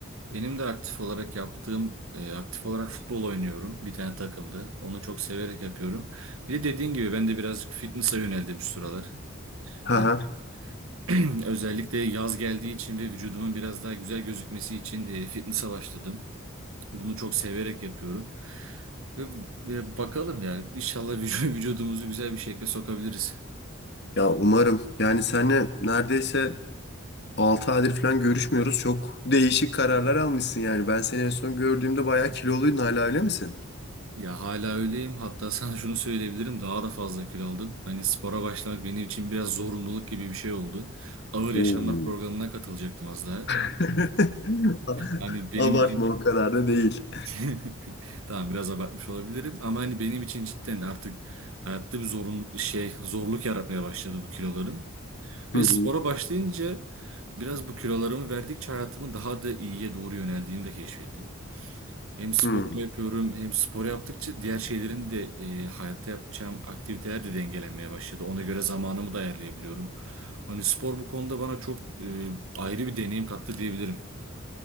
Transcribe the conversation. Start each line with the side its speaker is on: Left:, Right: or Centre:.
Right: benim de aktif olarak yaptığım, e, aktif olarak futbol oynuyorum bir tane takımda. Onu çok severek yapıyorum. Bir de dediğin gibi ben de birazcık fitness'a yöneldim şu sıralar.
Left: Ha
Right: E,
Left: ha.
Right: <clears throat> Özellikle yaz geldiği için ve vücudumun biraz daha güzel gözükmesi için e, fitness'a başladım. Bunu çok severek yapıyorum. Ve, ve bakalım yani inşallah vücu- <laughs> vücudumuzu güzel bir şekilde sokabiliriz.
Left: Ya umarım. Yani seninle neredeyse 6 aydır falan görüşmüyoruz. Çok değişik kararlar almışsın yani. Ben seni en son gördüğümde bayağı kiloluydun hala öyle misin?
Right: Ya hala öyleyim. Hatta <laughs> sana şunu söyleyebilirim. Daha da fazla kilo aldım. Hani spora başlamak benim için biraz zorunluluk gibi bir şey oldu. Ağır
Left: Oo.
Right: Yaşamlar programına katılacaktım az daha. <laughs>
Left: <laughs>
Right: Hani benim
Left: Abartma
Right: için
Left: o kadar da değil.
Right: <laughs> Tamam biraz abartmış olabilirim ama hani benim için cidden artık hayatta bir zorun şey zorluk yaratmaya başladı bu kilolarım. Ve
Left: Hı hı.
Right: spora başlayınca biraz bu kilolarımı verdikçe hayatımı daha da iyiye doğru yöneldiğini de keşfettim. Hem sporumu
Left: Hı.
Right: yapıyorum hem spor yaptıkça diğer şeylerin de e, hayatta yapacağım aktiviteler de dengelenmeye başladı. Ona göre zamanımı da ayarlayabiliyorum. Hani spor bu konuda bana çok e, ayrı bir deneyim kattı diyebilirim.